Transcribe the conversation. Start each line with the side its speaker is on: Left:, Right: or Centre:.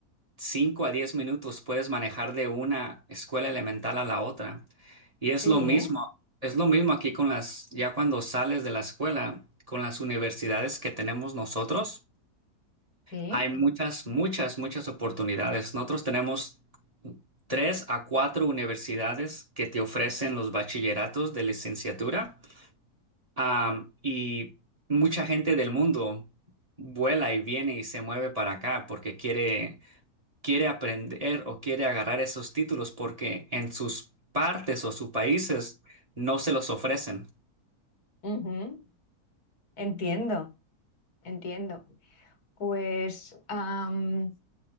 Right: 5 a 10 minutos puedes manejar de una escuela elemental a la otra. Y es
Left: Sí,
Right: lo mismo,
Left: ¿eh?
Right: es lo mismo aquí con las, ya cuando sales de la escuela, con las universidades que tenemos nosotros,
Left: Sí.
Right: hay muchas, muchas, muchas oportunidades. Nosotros tenemos tres a cuatro universidades que te ofrecen los bachilleratos de licenciatura. Am, y mucha gente del mundo vuela y viene y se mueve para acá porque quiere quiere aprender o quiere agarrar esos títulos porque en sus partes o sus países no se los ofrecen.
Left: Ujú. Entiendo, entiendo. Pues am,